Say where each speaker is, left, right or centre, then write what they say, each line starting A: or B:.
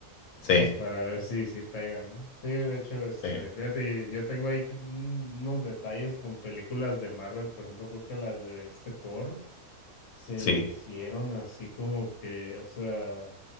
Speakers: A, on the left (about 80°); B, on the left (about 60°).
A: sí,
B: Pues para ver si, si pega, ¿no? Sí, de hecho, este,
A: sí,
B: fíjate, yo tengo ahí un- unos detalles con películas de Marvel, por ejemplo, creo que las de este Thor se
A: sí.
B: me hicieron así como que, o sea.